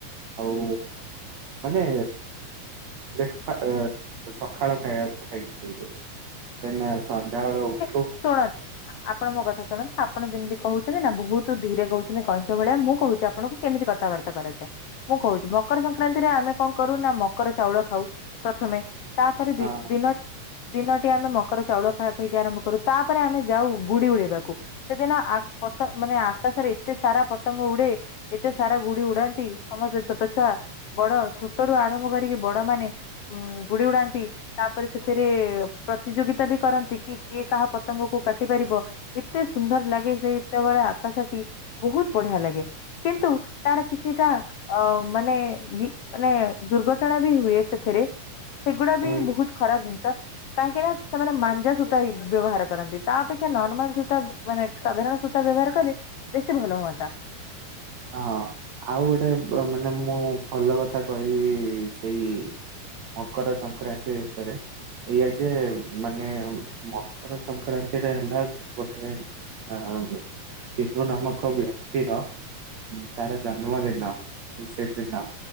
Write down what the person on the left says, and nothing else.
ଶୁଣନ୍ତ ଆପଣ ମୋ କଥା ଶୁଣନ୍ତୁ ଆପଣ ଯେମିତି କହୁଛନ୍ତି ନା ବହୁତ ଧୀରେ କହୁଛନ୍ତି କଇଁଛ ଭଳିଆ ମୁଁ କହୁଛି ଆପଣଙ୍କୁ କେମିତି କଥାବାର୍ତା କରାଯାଏ। ମୁଁ କହୁଛି ମକର
ସଂକ୍ରାନ୍ତିରେ ଆମେ କଣ କରୁ ନା ମକର ଚାଉଳ ଖାଉ। ପ୍ରଥମେ ତାପରେ
ଦିନ ଦିନ ଆମେ ମକର ଚାଉଳ ଖ ଖାଇକି ଆରମ୍ଭ କରୁ ତାପରେ ଆମେ ଯାଉ ଗୁଡି ଉଡେଇବାକୁ ସେଦିନ ଆ ପତ ମାନେ ଆକାଶରେ ଏତେ ସାରା ପତଙ୍ଗ ଉଡେ ଏତେ ସାରା ଗୁଡି ଉଡାନ୍ତି ସମସ୍ତେ ଛୋଟ ଛୁଆ ବଡ ଛୋଟ ରୁ ଆରମ୍ଭ କରିକି ବଡ ମାନେ ଉ ଗୁଡି ଉଡାନ୍ତି ତାପରେ ସେଥିରେ ପ୍ରତିଯୋଗିତା ବି କରନ୍ତି କି କିଏ କାହା ପତଙ୍ଗ କ କାଟି ପାରିବ ଏତେ ସୁନ୍ଦର ଲାଗେ ସେ ଯେତେବେଳେ ଆକାଶ ଟି ବହୁତ ବଢିଆ ଲାଗେ କିନ୍ତୁ ତାର କିଛିଟା ଅ ମାନେ ଇ ମାନେ ଦୁର୍ଘଟଣା ବି ହୁଏ ସେଥିରେ ସେଗୁଡା
ବି ବହୁତ ଖରାପ ଜିନିଷ। କାହିଁକି ନା ସେମାନେ ମାଞ୍ଜା ସୂତା ବ୍ୟବହାର କରନ୍ତି, ତା ଅପେକ୍ଷା ନର୍ମାଲ ସୂତା ମାନେ ସାଧାରଣ ସୂତା ବ୍ୟ ବ୍ୟବହାର କଲେ ବେଶୀ ଭଲ ହୁଅନ୍ତା